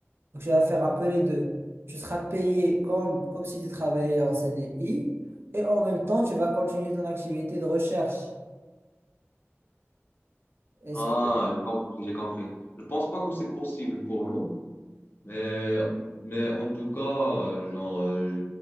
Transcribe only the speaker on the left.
Ah,
j'ai compris, j'ai compris. Je pense pas que c'est possible pour nous, mais, mais en tout cas, euh, genre, euh, je